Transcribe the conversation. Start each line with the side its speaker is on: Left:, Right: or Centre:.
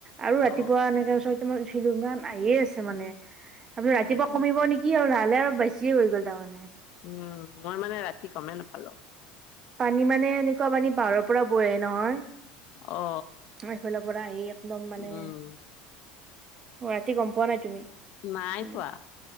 Right: আৰু ৰাতিপুৱা
Left: অ
Right: এনেকে ছয়টা মান শ্বিলুঙাত আহিয়েই আছে মানে
Left: উম
Right: তাৰপিছত
Left: অ
Right: ৰাতিপুৱা কমিব নেকি আৰু লাহ লাহে আৰু বেছিয়ে হৈ গ'ল। তাৰমানে।
Left: উম মই মানে ৰাতি গমেই নাপালো।
Right: পানী মানে এনেকোৱা পানী পাহাৰৰ পৰা বৈ আহে নহয়।
Left: অ
Right: আমাৰ সেইফালৰ পৰা আহি একদম মানে
Left: উম
Right: অ ৰাতি গম পোৱা নাই তুমি?
Left: নাই
Right: মানে
Left: পোৱা,